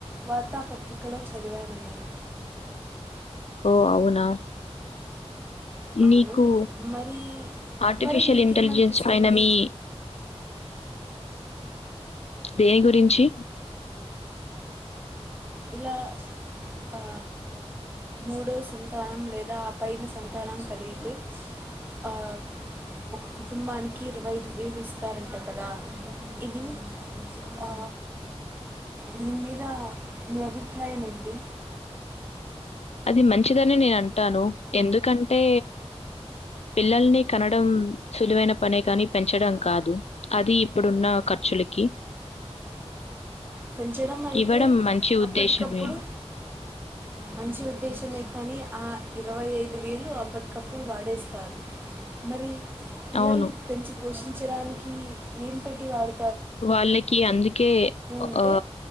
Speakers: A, on the right; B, on the left.
A: వార్తా పత్రిక ఇక్కలో చదివాను నేను
B: ఓ అవునా
A: అవును
B: నీకు
A: మరి
B: ఆర్టిఫిషియల్
A: మరి మీకేమనిపిస్తుంది
B: ఇంటెలిజెన్స్ పైన మీ దేని గురించి
A: ఇలా ఆ మూడో సంతానం లేదా ఆ పైన సంతానం కలిగితే ఆ ఒక కుటుంబానికి ఇరవై ఐదు వేలు ఇస్తారంట కదా ఇది ఆ దీని మీద మీ అభిప్రాయం ఏడి
B: అది మంచిదని నేను అంటాను ఎందుకంటే పిల్లల్ని కనడం సులువైన పనే కానీ పెంచడం కాదు అది ఇప్పుడున్న ఖర్చులకి
A: పెంచడం అయితే
B: ఇవ్వడం మంచి ఉద్దేశమే
A: అప్పటికప్పుడు మంచి ఉద్దేశమే కానీ ఆ ఇరవై ఐదు వేలు అప్పటికప్పుడు వాడేస్తారు మరి పిల్లల్ని
B: అవును
A: పెంచి పోషించడానికి ఏం పెట్టటి వాారు
B: వాళ్ళకి అందుకే
A: ఉంటే
B: ఆ